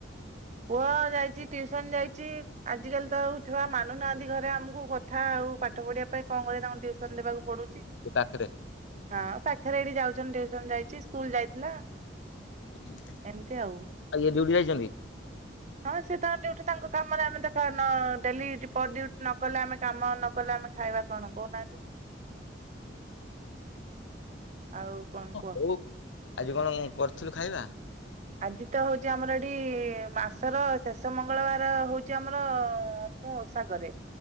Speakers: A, on the right; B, on the left.
A: ପୁଅ ଯାଇଛି ଟିଉସନ ଯାଇଛି ଆଜିକାଲି ତ ଆଉ ଛୁଆ ମାନୁନାହାନ୍ତି ଘରେ ଆମକୁ କଥା ଆଉ ପାଠ ପଢିବା ପାଇଁ କଣ କରିବା ତାଙ୍କୁ ଟିଉସନ ଦବାକୁ ପଡୁଛି।
B: ତୋ ପାଖରେ
A: ହଁ ପା <inaudible> ପାଖରେ ଏଠି ଯାଉଛନ୍ତିୁ ଟିଉସନ ଯାଇଛିଇ। ସ୍କୁଲ ଯାଇଥିଲା।
B: ଆଜ
A: ଏମିତି ଆଉ।
B: ଡଟି <inaudible> ଛନ୍ତି <inaudible>
A: ହଁ ସେ ତାଙ୍କ ଡିଉଟି ତାଙ୍କ କାମରେ ଆମେ ତ <inaudible> ଡେଲି ପରଡିଉଟି ନ କଲେ ଆମେ କାମ ନ କଲେ ଆମେ ଖାଇବା କଣ କହୁନାହାନ୍ତି। ଆଉ କଣ
B: ହଁ,
A: କୁହ?
B: ହଉ ଆଜି କଣ କରିଥିଲୁ ଖାଇବା?
A: ଆଜି ତ ହଉଛି ଆମର ଏଠି ମାସର ଶେଷ ମଙ୍ଗଳବାର ହଉଛି ଆମର ମୁଁ ଓଷା କରେ।